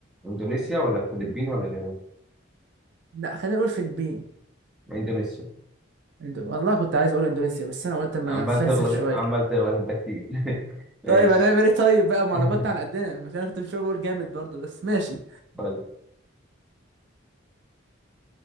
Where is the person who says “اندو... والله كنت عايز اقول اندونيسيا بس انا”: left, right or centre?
Right